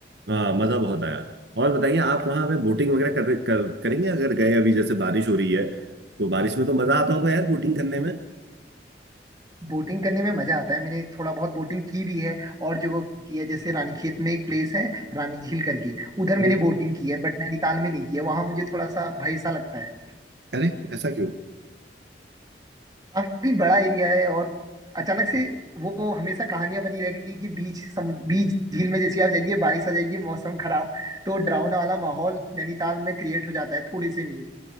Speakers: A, on the right (about 70°); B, on the right (about 20°).
A: हाँ मजा बहुत आया और बताइए आप वहां पे बोटिंग वगैरह कर, कर, करेंगे अगर गए अभी जैसे बारिश हो रही है तो बारिश में तो मजा आता होगा यार बोटिंग करने में
B: बोटिंग करने में मजा आता है मैंने थोड़ा बहुत बोटिंग की भी है और जगह की है जैसे रानीखेत में एक प्लेस है रानी झील करके उधर
A: हम्म
B: मैंने बोटिंग की है बट नैनीताल में नहीं की है वहां मुझे थोड़ा सा भय सा लगता है
A: अरे ऐसा क्यों
B: काफी बड़ा एरिया है और अचानक से वो हमेशा कहानियां बनी रहेगी कि बीच सम, बीच झील में जैसे आप जाएंगे बारिश आ जाएगी मौसम खराब तो डरावना वाला माहौल नैनीताल में क्रिएट हो जाता है थोड़े से में ही।